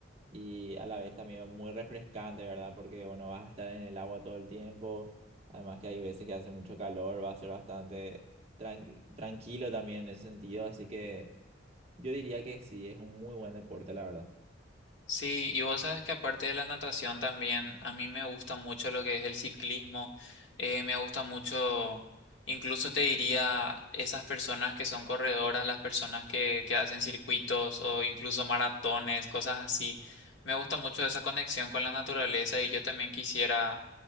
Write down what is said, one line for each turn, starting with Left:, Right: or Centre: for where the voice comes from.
Right: y a la vez también muy refrescante, ¿verdad? Porque, bueno, vas a estar en el agua todo el tiempo, además que hay veces que hace mucho calor, va a ser bastante tranqui- tranquilo también en ese sentido, así que yo diría que sí, es un muy buen deporte, la verdad.
Left: Sí, y vos sabes que aparte de la natación también, a mí me gusta mucho lo que es el ciclismo, eh, me gusta mucho, incluso te diría, esas personas que son corredoras, las personas que, que hacen circuitos o incluso maratones, cosas así. Me gusta mucho esa conexión con la naturaleza y yo también quisiera